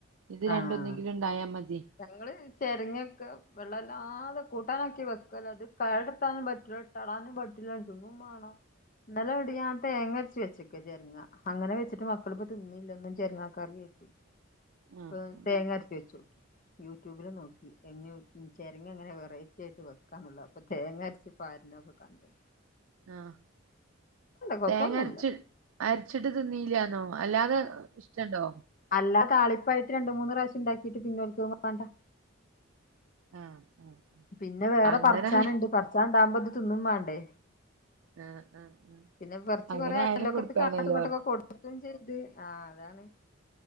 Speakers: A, on the right; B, on the left.
A: ഇത്
B: ആഹ്
A: രണ്ടൊന്നെങ്കിലും ഉണ്ടായാ മതി
B: ഞങ്ങള് ചെരങ്ങൊക്കെ വെള്ളംമല്ലാതെ കൂട്ടാനാക്കി വെക്കല്ല അത് കേടത്താനും പറ്റില്ല ഇട്ടളാനും പറ്റില്ല ത് ന്നും വേണം ഇന്നലെടി ഞാൻ തേങ്ങര്ച് വെച്ചക്ക ചെരങ്ങ അങ്ങനെ വെച്ചിട്ട് മക്കളി പ്പ തിന്നിയില്ല ന്നും ചെരങ്ങക്കാറിയേറ്റ്
A: ആഹ്
B: പ്
A: ആഹ്
B: തേങ്ങ അര്ചി വെച്ചോ യൂട്യൂബില് നോക്കി എങ്ങ ചേരങ്ങ അങ്ങനെ വെറൈറ്റി ആയിട്ട് വെക്കാന്നുള്ളൂ അപ്പൊ തേങ്ങ അരച്ചിപ്പ പാരനൊക്കെ കണ്ടു
A: ആഹ
B: കൊഴപ്പൊന്നുല്ല
A: തേങ്ങരച്ച അരച്ചിട്ട് തിന്നീലാന്നോങ്ങ അല്ലാതെ ഇഷ്ടുണ്ടോ
B: അല്ലാ താളിപ്പായിട്ട് രണ്ട് മൂന്ന് പ്രാവശ്യം ഇണ്ടാക്കിട്ട് പിന്നോൽക്കത് വേണ്ട
A: ആഹ് ആഹ്
B: പിന്നെ വേറെ
A: അങ്ങനെ
B: പറച്ചാനുണ്ട്
A: ആഹ്
B: പറച്ചാൻ സാമ്പത് തിന്നും വേണ്ടേ
A: ആഹ് ആഹ്
B: പിന്നെ കുറച്ച്
A: അങ്ങനെ
B: കൊറ
A: ആയാലും
B: അയലൊക്കെ
A: കൊടുക്കാണല്ലോ
B: കാട്ടുകോട്ടൊക്കെ കൊടുക്കയും ചെയ്ത് ആ അതാണ്